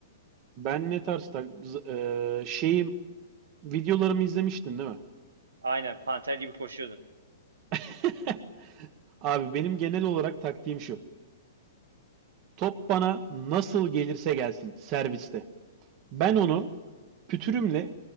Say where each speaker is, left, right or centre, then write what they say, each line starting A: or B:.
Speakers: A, on the right; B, on the right.
A: Ben ne tarz tak z- ee, şeyim videolarımı izlemiştin değil mi?
B: Aynen panter gibi koşuyordun.
A: <laughs> Abi benim genel olarak taktiğim şu. Top bana nasıl gelirse gelsin serviste. Ben onu pütürümle